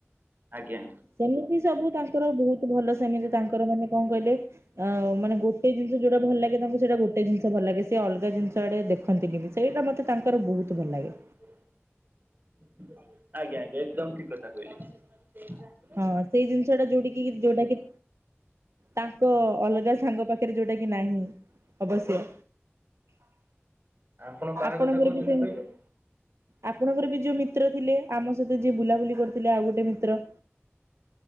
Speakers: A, on the right; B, on the right.
A: ଆଜ୍ଞା।
B: ସେମିତି ସବୁ ତାଙ୍କର ବହୁତ ଭଲ ସେମିତି ତାଙ୍କର ମାନେ କଣ କହିଲେ ଅ ମାନେ ଗୋଟେ ଜିନିଷ ଯୋଉଁଟା ଭଲ ଲାଗେ ତାଙ୍କୁ ସେଟ ଗୋଟେ ଜିନିଷ ଭଲ ଲାଗେ ସେ ଅଲଗା ଜିନିଷ ଆଡେ ଦେଖ ରଖନ୍ତିନିତି ସେଇଟା ମୋତେ ତାଙ୍କର ବହୁତ ଭଲ ଲାଗେ।
A: ଆଜ୍ଞା ଆଜ୍ଞା ଏକଦମ ଠିକ କଥା କହିଲ।
B: ହଁ ସେଇ ଜିନିଷଟା ଯୋଉଠ କି ଯୋଉଟା କି। ତାଙ୍କ ଅଲଗା ସାଙ୍ଗ ପାଖରେ ଯୋଉଟା କି ନାହିଁ ଅବଶ୍ୟ
A: ଆପଣ କାହା
B: ଆପଣଙ୍କର
A: କଥା କହୁଛନ୍ତି
B: ବି ସେମ
A: କହିଲେ?
B: ଆପଣଙ୍କର ବି ଯୋଉ ମିତ୍ର ଥିଲେ ଆମ ସହିତ ଯିଏ ବୁଲାବୁଲି କରିଥିଲେ ଆଉ ଗୋଟେ ମିତ୍ର।